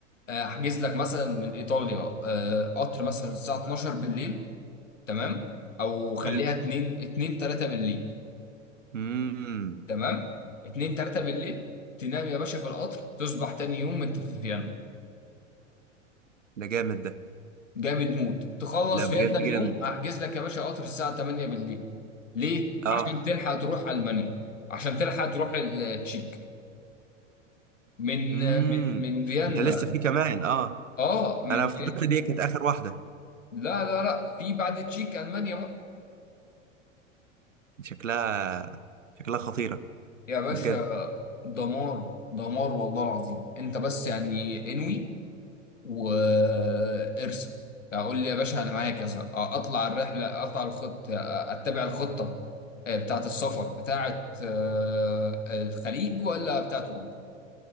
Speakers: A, on the left; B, on the right.
A: آه، احجز لك مثلا من ايطاليا آه، قطر مثلا الساعه 12 بالليل تمام او خليها
B: حلو
A: 2 2 3 بالليل
B: امم
A: تمام اتنين تلاتة بالليل تنام يا باشا في القطر تصبح تاني يوم انت في فيينا
B: ده جامد ده
A: جامد موت تخلص
B: لا بجد
A: فيينا اليوم
B: جامد
A: احجز لك يا باشا قطر الساعة 8 بالليل ليه؟
B: اه
A: عشان تلحق تروح ألمانيا عشان تلحق تروح ال- التشيك من
B: امم
A: من من فيينا
B: ده لسه في كمان اه
A: اه من
B: انا افتكرت
A: فيينا
B: دي كانت اخر واحده
A: لا لا لا في بعد التشيك ألمانيا بقى
B: شكلها شكلها خطيره
A: يا باشا
B: بجد
A: دمار دمار والله العظيم انت بس يعني انوي وارسم اقول لي يا باشا انا معايا كذا آه، اطلع الرحله اطلع الخط آه، اتبع الخطه آه، بتاعه السفر بتاعه آه، الخليج ولا بتاعه اوروبا